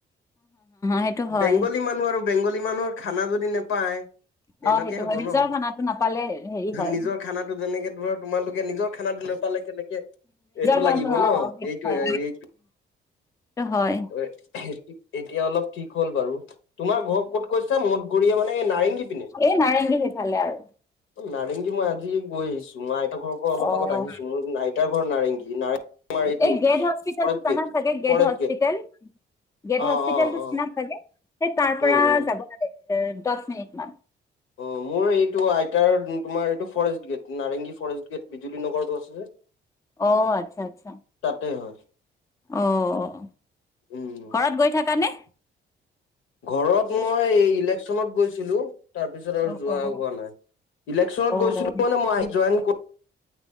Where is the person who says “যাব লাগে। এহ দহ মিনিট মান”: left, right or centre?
Left